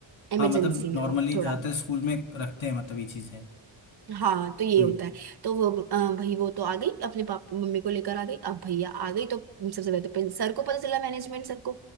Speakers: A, on the right; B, on the left.
A: इमरजेंसी
B: हाँ मतलब
A: में
B: नॉर्मली
A: वो थोड़ा
B: जाते स्कूल में रखते हैं मतलब ये चीजें
A: हाँ तो ये
B: हम्म
A: होता है तो वो अ, भाई वो तो आ गई अपने पापा मम्मी को लेकर आ गई अब भैया आ गई तो सबसे पहले तो पहले सर को पता चला मैनेजमेंट सर को